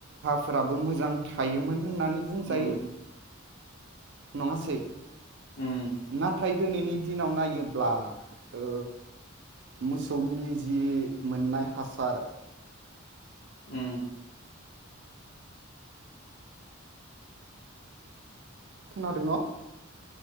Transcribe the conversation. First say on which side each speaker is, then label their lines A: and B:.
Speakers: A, on the right (about 55°); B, on the left (about 70°).
A: फोराबो मोजां थायोमोन होननानै बुंजायो
B: उम
A: नङासै
B: उम
A: न दिनैनि दिनाव नायोब्ला ओ मोसौनि जि मोननाय हासार
B: उम
A: खोनादों न